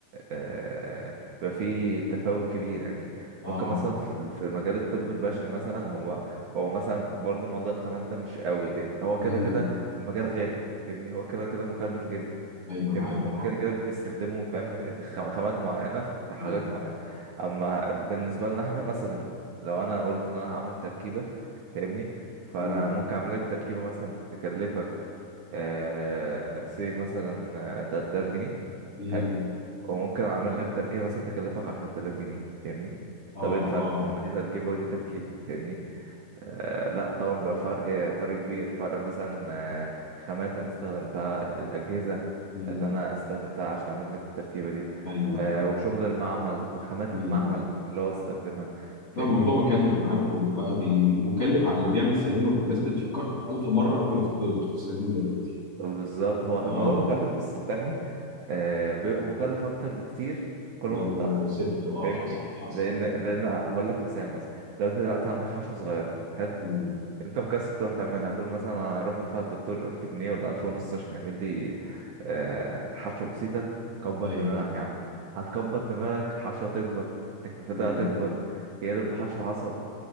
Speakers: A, on the right; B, on the left.
A: آه، بقى فيه تفاوت كبير يعني
B: اه
A: ممكن مثلا في ال- في مجال الطب البشري مثلا هو هو مثلا برضه موضوع الخامات ده مش قوي لأن هو
B: مم.
A: كده كده المجال غالي فاهمني هو كده كده مكلف جدا
B: ايوه
A: فاهمني
B: انا عارف
A: هما
B: اه
A: كده كده بيستخدموا فاهم خم- خامات معينة في حاجات
B: مم.
A: معينة أما بالنسبة لنا احنا مثلا لو أنا قلت إن أنا هعمل تركيبة فاهمني فأنا
B: مم.
A: ممكن أعمل لك تركيبة مثلا تكلفك آه سي مثلا تلات آلاف جنيه
B: مم.
A: حلو وممكن أعمل لك تركيبة مثلا تكلفك عشرة آلاف جنيه فاهمني
B: اه
A: طب ايه الفرق؟
B: اه
A: طب ما دي تركيبة ودي تركيبة فاهمني آه لا طبعا بيبقى فرق فرق كبير فرق مثلا آه، خامات انا استخدمتها الاجهزه
B: مم.
A: اللي انا استخدمتها عشان اعمل لك التركيبه دي
B: ايوه
A: آه
B: ايوه
A: وشغل المعمل وخامات
B: مم.
A: المعمل اللي هو استخدمها فاهمني
B: ده الموضوع مكلف انا عارفه بقى بي- بي- مكلف على اللي بيعمل سيرينو الناس بتفكر ألف مرة قبل ما تدخل السيرينو دلوقتي
A: بالظبط هو الموضوع
B: اه
A: مكلف بس صدقني آه بيبقى مكلف اكتر بكتير كل
B: لو
A: ما تتاخر
B: سبته اه
A: فاهمني
B: حصل حصل
A: لان لان هقول لك مثال مثلا لو انت دلوقتي عندك حشوه صغيره حلو
B: مم.
A: انت مكسب تروح تعملها تقول مثلا انا هروح ادفع الدكتور 1000 جنيه ولا 1000 ونص عشان يعمل لي آه، حشوه بسيطه كبر
B: ايوه
A: دماغك يا عم هتكبر دماغك الحشوه هتكبر تكلفتها
B: مم.
A: هتكبر يقلب بحشو عصب